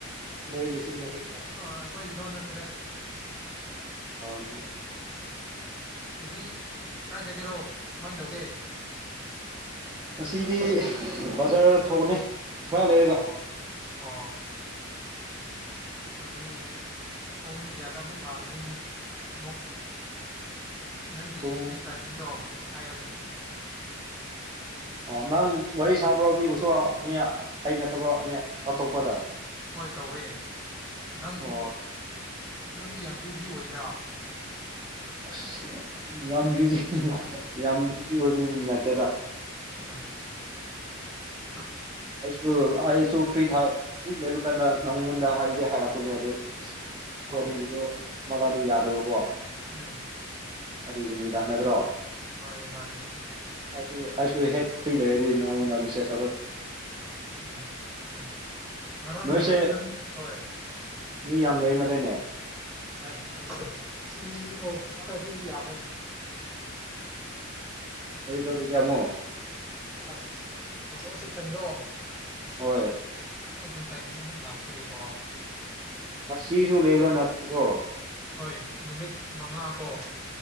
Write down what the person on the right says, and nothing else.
ꯅꯣꯏꯒꯤꯁꯨ <unintelligible>
<unintelligible>
ꯉꯁꯤꯗꯤ ꯕꯖꯥꯔ
ꯊꯣꯛꯎꯅꯤ ꯈꯔ ꯂꯩꯔꯒ
ꯄꯨꯡ
ꯑꯣ ꯅꯪ ꯋꯥꯔꯤ ꯁꯥꯕ꯭ꯔꯣ ꯃꯤꯕꯨꯁꯨ ꯃꯤ ꯑꯩꯅꯠꯇꯕ ꯃꯤ ꯑꯇꯣꯞꯄꯗ
ꯑꯣ
ꯑꯁ ꯌꯥꯝ ꯕꯤꯖꯤ ꯌꯥꯝ ꯕꯤꯖꯤ ꯑꯣꯏꯕꯗꯤ ꯅꯠꯇꯦꯗ
ꯑꯩꯁꯨ ꯑꯩꯁꯨ ꯐ꯭ꯔꯤꯊ ꯐ꯭ꯔꯤ ꯂꯩꯕ ꯀꯥꯟꯗ ꯅꯉꯣꯟꯗ ꯍꯥꯏꯕꯗꯤ ꯍꯥꯏꯔꯛ ꯄꯅꯦ ꯑꯗꯨ ꯑꯩꯈꯣꯏ
ꯑꯅꯤꯒꯤꯗꯣ ꯃꯔꯥꯗꯤ ꯌꯥꯗꯕꯀꯣ
ꯑꯗꯨꯒꯤꯅꯤꯗ ꯅꯠꯇ꯭ꯔꯣ
ꯑꯩ ꯑꯩꯁꯨ ꯍꯦꯛ ꯐ꯭ꯔꯤ ꯂꯩꯔꯗꯤ ꯅꯪꯉꯣꯟꯗ ꯃꯤꯁꯦꯁ
ꯅꯣꯏꯁꯦ
ꯃꯤ ꯌꯥꯝ ꯂꯩꯕ ꯃꯥꯜꯂꯦꯅꯦ
ꯀꯔꯤ ꯇꯧꯔꯤꯒꯦ ꯑꯃꯨꯛ
ꯍꯣꯏ
ꯉꯁꯤꯁꯨ ꯂꯩꯕ꯭ꯔꯣ ꯅꯪ ꯐꯣꯇꯣ